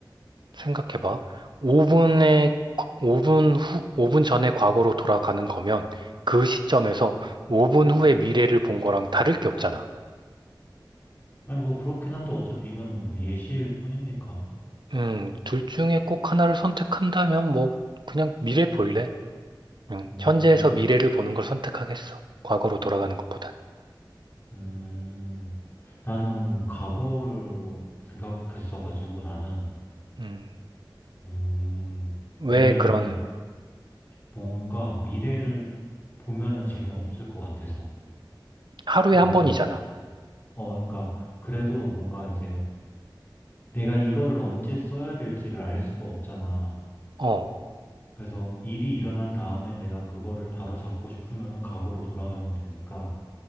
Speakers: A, on the right (about 65°); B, on the left (about 25°).
A: 생각해봐. 5분에, 5분 후, 5분 전에 과거로 돌아가는 거면 그 시점에서 5분 후에 미래를 본 거랑 다를 게 없잖아.
B: 아니, 뭐, 그렇긴 한데, 어차피 이거는 뭐 예시일 뿐이니까.
A: 음, 둘 중에 꼭 하나를 선택한다면 뭐, 그냥 미래 볼래? 음,
B: 음,
A: 현재에서 미래를 보는 걸 선택하겠어. 과거로 돌아가는 것보다.
B: 음. 나는 과거를 생각했어가지고, 나는,
A: 음,
B: 음,
A: 왜
B: 왜냐면은,
A: 그런
B: 뭔가 미래를 보면은 재미없을 것 같아서.
A: 하루에
B: 그러니까,
A: 한 번이잖아.
B: 어, 그러니까, 그래도 뭔가 이제, 내가 이거를 언제 써야 될지를 알 수가 없잖아.
A: 어,
B: 그래서 일이 일어난 다음에 내가 그거를 바로 잡고 싶으면은 과거로 돌아가면 되니까